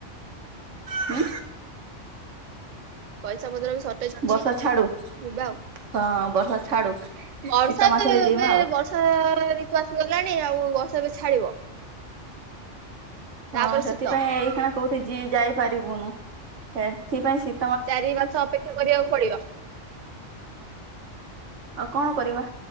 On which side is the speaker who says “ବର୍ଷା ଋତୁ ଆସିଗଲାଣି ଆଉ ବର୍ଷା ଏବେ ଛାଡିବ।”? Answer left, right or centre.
Right